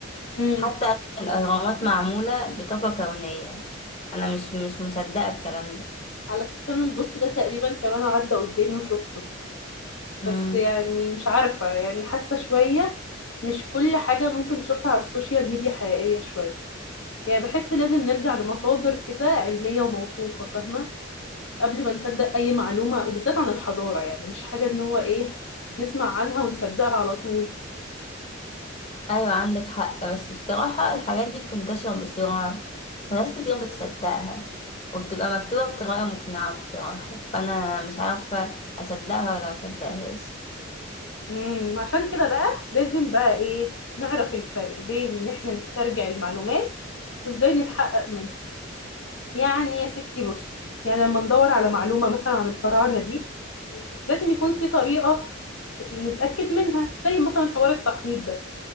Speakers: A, on the left; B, on the left.
A: امم
B: حتى أساس الاهرامات معموله بطاقه كونيه انا مش مش مصدقه الكلام ده
A: على فكرة انا البوست ده تقريبا كمان عدى قدامي وشفته
B: امم
A: بس يعني مش عارفة يعني حاسة شوية مش كل حاجة ممكن تشوفها على السوشيال ميديا حقيقية شوية يعني بحس لازم نرجع لمصادر كده علمية وموثوقة فاهمة قبل ما نصدق أي معلومة وبالذات عن الحضارة يعني مش حاجة إن هو إيه نسمع عنها ونصدقها على طول
B: ايوه عندك حق بس بصراحة الحاجات دي بتنتشر بسرعة وناس كتير بتصدقها وبتبقى مكتوبة بطريقة مقنعة بصراحة فأنا مش عارفة أصدقها ولا مصدقهاش
A: امم عشان كده بقى لازم بقى إيه نعرف الفرق بين إن إحنا نسترجع المعلومات وإزاي نتحقق منها يعني يا ستي بصي يعني لما ندور على معلومة مثلا عن الفراعنة دي لازم يكون في طريقة نتأكد منها زي مثلا حوار التحنيط ده